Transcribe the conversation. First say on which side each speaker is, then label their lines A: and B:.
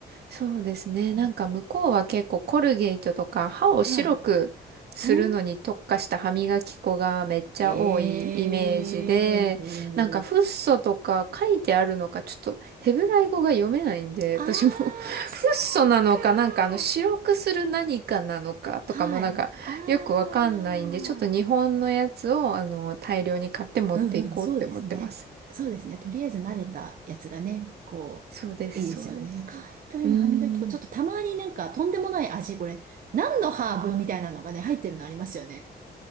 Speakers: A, on the right; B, on the right.
A: そうですね。なんか向こうは結構コルゲートとか歯を白くするのに特化した歯磨き粉がめっちゃ多いイメージで、
B: うんはい。うん。ええーほう。
A: なんかフッ素とか書いてあるのかちょっとヘブライ語が読めないんで、
B: ああ、
A: 私も <laughs> フッ
B: そうか。
A: 素なのかなんかあの白くする何かなのかとかもなんかよくわかんないんで、
B: はい。ああ。
A: ちょっと日本のやつをあの大量に買って持っていこうって思ってます。
B: うんうん、そうですね。そうですね。とりあえず慣れたやつがね、こう、
A: そうです、
B: いいですよね。
A: そうです。
B: 海外の歯磨き粉、
A: うーん。
B: ちょっとたまになんかとんでもない味、これ、何のハーブみたいなのがね、入ってるのありますよね。